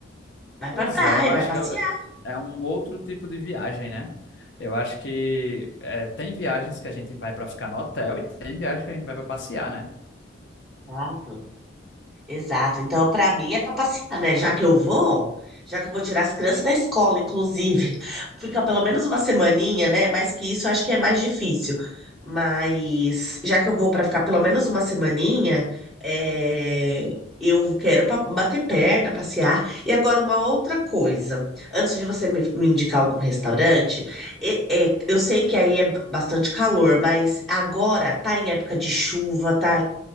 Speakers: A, in the centre; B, on the left.
A: vai
B: Pois
A: pra praia,
B: é, eu acho
A: vai passear.
B: que é, o- é um outro tipo de viagem, né? Eu acho que é, tem viagens que a gente vai para ficar no hotel e tem viagens que a gente vai para passear, né?
A: Exato. Exato. Então, para mim é para passear, né? Já que eu vou, já que eu vou tirar as crianças da escola, inclusive, <laughs> fica pelo menos uma semaninha, né? Mais que isso, eu acho que é mais difícil. Mas já que eu vou para ficar pelo menos uma semaninha, é, eu quero pa- bater perna, passear. E agora uma outra coisa. Antes de você me, me indicar algum restaurante, e- é, eu sei que aí é b- bastante calor, mas agora tá em época de chuva, tá?